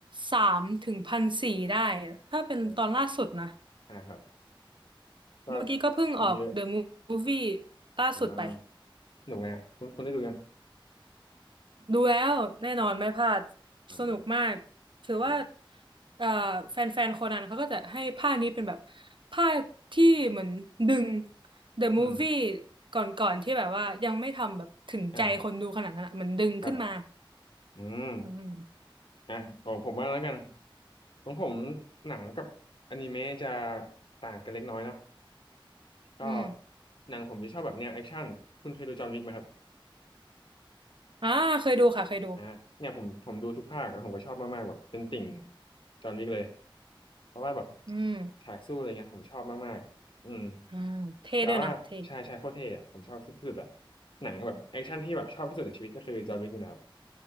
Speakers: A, on the right; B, on the left.
A: สามถึงพันสี่ได้ถ้าเป็นตอนล่าสุดนะ
B: อ่าอ่าครับก็
A: เมื่อกี้ก็เพิ่งออก
B: มันเยอะ
A: The Movie ล่าสุดไป
B: อ่าหนุกไหมอะคุณคุณได้ดูยัง
A: ดูแล้วแน่นอนไม่พลาด
B: อ่า
A: สนุกมากถือว่า
B: อืม
A: เอ่อแฟนๆโคนันเขาก็จะให้ภาคนี้เป็นแบบภาคที่เหมือนดึง The
B: อืม
A: Movie ก่อนๆที่แบบว่ายังไม่ทำแบบถึงใจคนดูขนาดนั้นอะเหมือนดึงขึ้นมา
B: อ่าครับอืม
A: อืม
B: อ่ะของผมบ้างแล้วกันของผมหนังกับอนิเมะจะต่างกันเล็กน้อยเนาะก็
A: อืม
B: หนังผมจะชอบแบบแนวแอคชั่นคุณเคยดูจอห์นวิกไหมครับ
A: อ่าเคยดูค่ะเคยดู
B: อ่าเนี่ยผมผมดูทุกภาคอะผมก็ชอบมากๆแบบเป็นติ่งจอห์นวิกเลยเพราะว่าแบบ
A: อืม
B: ฉากสู้อะไรเงี้ยผมชอบมากๆอืม
A: อ่าเท่ด้วยนะเท่
B: แต่ว่าชายชายโคตรเท่อะผมชอบที่สุดอะหนังแบบแอคชั่นที่แบบชอบที่สุดในชีวิตก็คือจอห์นวิกนะครับ